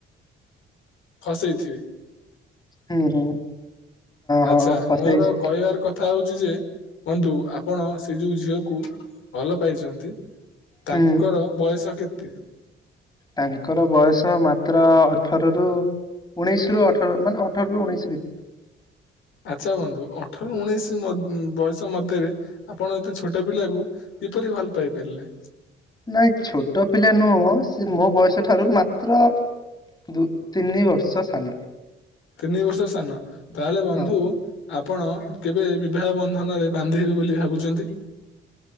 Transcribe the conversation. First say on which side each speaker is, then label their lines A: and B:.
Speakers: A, on the left (about 80°); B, on the left (about 20°).
A: ଫସେଇଥିବେ।
B: ହୁଁ ହୁଁ ହଁ
A: ଆଛା
B: ହଁ ଫସେଇଛି
A: ମୋର କହିବାର କଥା ହଉଛି ଯେ ବନ୍ଧୁ ଆପଣ ସେଇ ଯୋଉ ଝିଅକୁ ଭଲ ପାଇଛନ୍ତି
B: ହୁଁ
A: ତାଙ୍କର ବୟସ କେତେ?
B: ତାଙ୍କର ବୟସ ମାତ୍ର ଅଠର ରୁ ଉଣେଇଶ ରୁ ଅଠର ମାନେ ଅଠର ରୁ ଉଣେଇଶି।
A: ଆଛା ବନ୍ଧୁ ଅଠର ଉଣେଇଶ ବୟସ ମଧ୍ୟରେ ଆପଣ ଏତେ ଛୋଟ ପିଲାକୁ କିପରି ଭଲ ପାଇ ପାରିଲେ?
B: ନାଇଁ ଛୋଟ ପିଲା ନୁହଁ ସେ ମୋ ବୟସ ଠାରୁ ମାତ୍ର ଦୁ ତିନି ବର୍ଷ ସାନ।
A: ତିନି ବର୍ଷ ସାନ ତାହେଲେ ବନ୍ଧୁ
B: ହଁ
A: ଆପଣ କେବେ ବିବାହ ବନ୍ଧନରେ ବାନ୍ଧିବେ ବୋଲି ଭାବୁଛନ୍ତି?